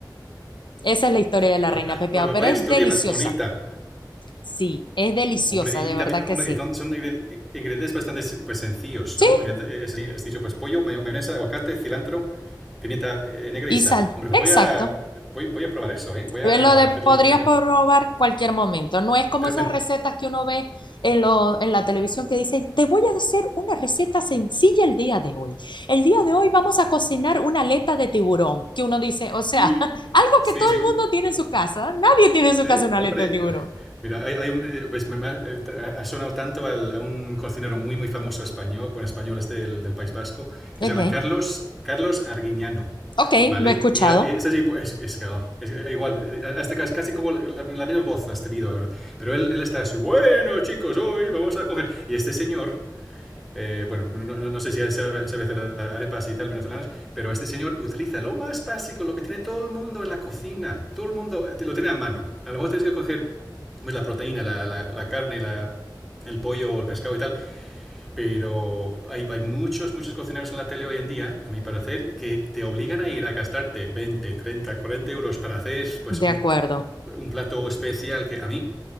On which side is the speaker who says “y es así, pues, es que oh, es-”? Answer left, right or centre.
Centre